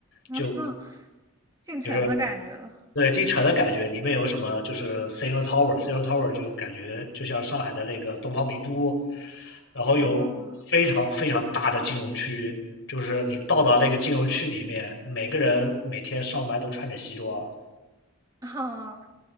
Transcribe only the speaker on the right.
<laughs>
进城的感觉了。
哦，
哦，